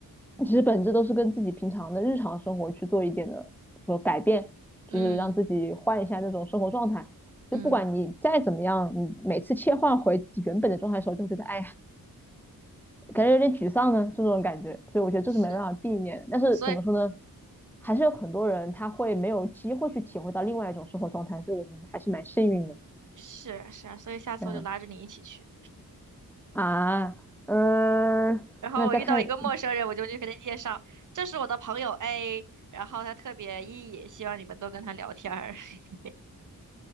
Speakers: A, in the centre; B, on the right.
A: 其实本质都是跟自己平常的日常生活去做一点的，说改变，就是让自己换一下那种生活状态。
B: 嗯嗯，
A: 就不管你再怎么样，你每次切换回自己原本的状态的时候，就会觉得哎呀，感觉有点沮丧呢，这种感觉。所以我觉得这是没办法避免的。
B: 是，
A: 但是怎么说呢，
B: 所以
A: 还是有很多人他会没有机会去体会到另外一种生活状态，所以我们还是蛮幸运的。
B: 是啊是啊，所以下次我就拉着你一起去。
A: 这样啊，嗯、呃那再看
B: 然后我遇到一个陌生人，我就去给他介绍，这是我的朋友 A，然后他特别 E，希望你们多跟他聊天儿。<laughs>